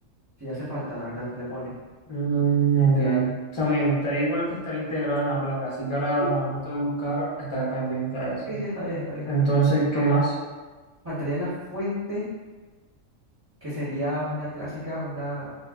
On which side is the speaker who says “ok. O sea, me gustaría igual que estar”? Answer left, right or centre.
Left